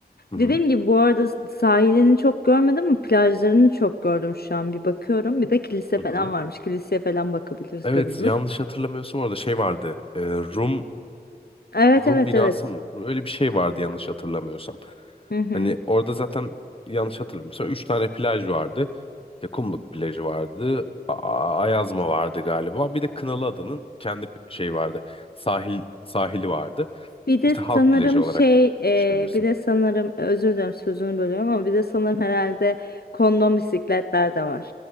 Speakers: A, on the left; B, on the left.
A: Hı hı.
B: Dediğim gibi bu arada sahilini çok görmedim ama plajlarını çok gördüm şu an. Bir bakıyorum. Bir de kilise
A: Hı
B: falan
A: hı.
B: varmış. Kiliseye falan bakabiliriz,
A: Evet
B: görürüz.
A: yanlış hatırlamıyorsam orada şey vardı. e, Rum
B: Evet,
A: Rum
B: evet,
A: binası
B: evet.
A: mı? Öyle bir şey vardı yanlış hatırlamıyorsam.
B: Hı hı.
A: Hani orada zaten yanlış hatırlamıyorsam üç tane plaj vardı. İşte Kumluk plajı vardı. A- Ayazma vardı galiba. Bir de Kınalıada'nın kendi p- şey vardı. Sahil sahili vardı.
B: Bir de
A: İşte halk
B: sanırım
A: plajı olarak
B: şey,
A: düşünebilirsin.
B: e, bir de sanırım özür dilerim sözünü bölüyorum ama bir de sanırım herhalde kondom bisikletler de var.